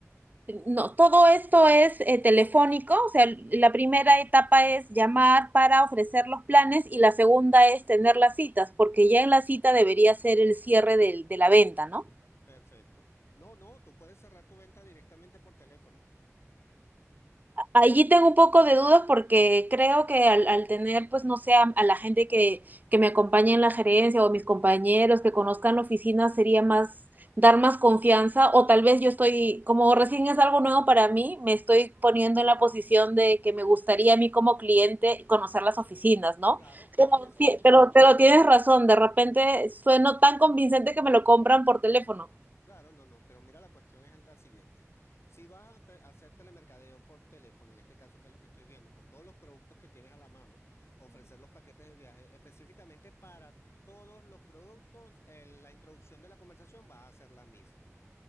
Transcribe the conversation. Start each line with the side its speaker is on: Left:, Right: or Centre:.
Right: No, todo esto es eh, telefónico, o sea, la primera etapa es llamar para ofrecer los planes y la segunda es tener las citas, porque ya en la cita debería ser el cierre del- de la venta, ¿no?
Left: Perfecto. No, no, tú puedes cerrar tu venta directamente por teléfono.
Right: Allí tengo un poco de dudas porque creo que al, al tener, pues no sé, a, a la gente que, que me acompañe en la gerencia o mis compañeros que conozcan la oficina sería más, dar más confianza o tal vez yo estoy, como recién es algo nuevo para mí, me estoy poniendo en la posición de que me gustaría a mí como cliente conocer las oficinas, ¿no?
Left: Claro, claro
Right: Pero,
Left: que sí.
Right: ti- pero, pero tienes razón, de repente sueno tan convincente que me lo compran por teléfono.
Left: Claro, no, no, pero mira, la cuestión es la siguiente. Si vas a, te- a hacer telemercadeo por teléfono, en este caso que es lo que estoy viendo, con todos los productos que tienes a la mano, ofrecer los paquetes de viaje específicamente para todos los productos, el- la introducción de la conversación va a ser la misma.